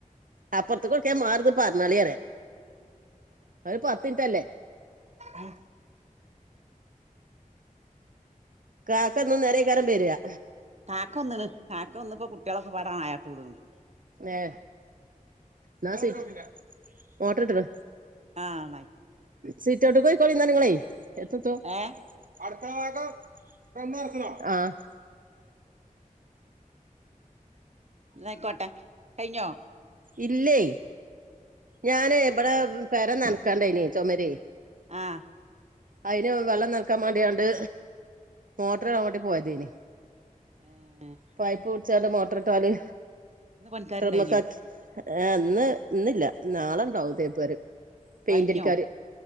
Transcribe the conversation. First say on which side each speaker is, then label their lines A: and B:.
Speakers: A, on the right; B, on the right.
A: അപ്പൊറത്ത്ക്ക് കൊട്ക്കാ ഞാ മാറിന്ന് പറഞ്ഞാളിറിയാ ഒരു പത്ത്ൻറ്റല്ലേ
B: ഉം
A: കാക്ക ഇന്നും നേരെയിക്കാരം ബരാ
B: കാക്ക വന്ന്ണ് കാക്കവന്ന് പ്പൊ കുട്ടിയാളൊക്കെപ്പം നയാട്ട് കൂട്ണ്ട്
A: മേ ന്നാ സിറ്റ് മോട്ടർ ഇട്ട്ണ്
B: ആഹ് നായി
A: സീറ്റോട്ട്ക്ക്യിക്കാളിന്നാല്ങ്ങളെ എത്ത്ത്തോ
B: ഏ
A: അടുക്കള ഭാഗം ബന്ന്നർച്ചുണോ ആഹ്
B: ന്നായിക്കോട്ടെ കഴിഞ്ഞോ
A: ഇല്ലേ ഞാന് ഇബിടെ പെര നനക്കാൻണ്ടേനി ചുമരെ
B: ആഹ്
A: അയിന് വെള്ളം നൻക്കാൻ മാണ്ടിയാണ്ട് മോട്ടറ്ടാൻമാണ്ടി പോയതേനി
B: ഉം
A: പൈപ്പ് കുടിച്ചാണ്ട് മോട്ടർ ട്ടാല്
B: ഇന്ന് പണിക്കാരുണ്ടായിനോ
A: ത്രമ്മ് ക്കാക്കി ഏ് ഇന്ന് ഇന്നില്ല നാളെണ്ടാവുംതേപ്പാര് പെയിന്റ്ടിക്കാാര്
B: കഴിഞ്ഞോ